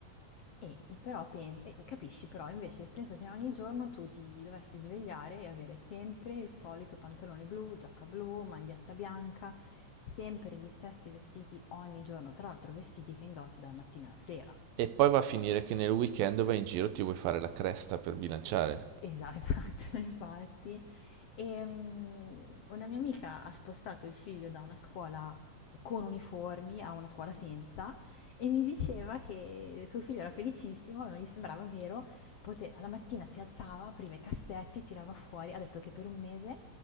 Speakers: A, on the left; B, on the right.
A: E però pen- e capisci, però invece pensa se ogni giorno tu ti dovessi svegliare e avere sempre il solito pantalone blu, giacca blu, maglietta bianca, sempre gli stessi vestiti ogni giorno, tra l'altro vestiti che indossi dalla mattina alla sera.
B: E poi va a finire che nel weekend vai in giro, e ti vuoi fare la cresta per bilanciare.
A: Esa <laughs> esatto, infatti. Ehm, una mia amica ha spostato il figlio da una scuola con uniformi a una scuola senza e mi diceva che suo figlio era felicissimo, ma non gli sembrava vero. Pote- alla mattina si alzava, apriva i cassetti, tirava fuori. Ha detto che per un mese